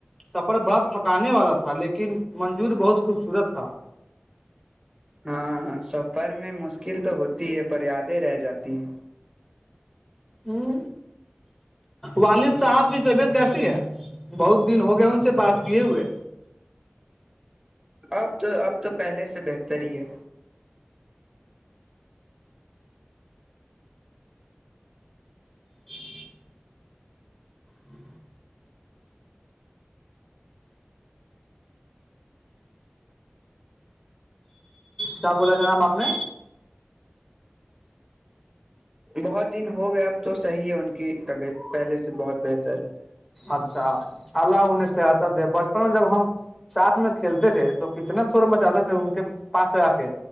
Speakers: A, in the centre; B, on the right.
A: تپر بڑت تھکانے والا تھا لیکن منجور بہت خوبصورت تھا
B: ہاںاں سفر میں مشکل تو ہوتی ہے پر یادیں رہ جاتی ہیں
A: ہوں والد صاحب کی طبیعت کیسی ہے بہت دن ہو گیا ان سے بات کیے ہوئے
B: اب تو اب تو پہلے سے بہتر ہی ہے
A: جی جی کیا بولا جانام آپ نے
B: بہت دن ہو گیا اب تو صحیح ہے ان کی طبیعت پہلے سے بہت بہتر
A: اچھا اللہ انہیں سحایتا دے بچپن میں جب ہم ساتھ میں کھیلتے تھے تو کتنا سور مچاتے تھے ان کے پاس آ کے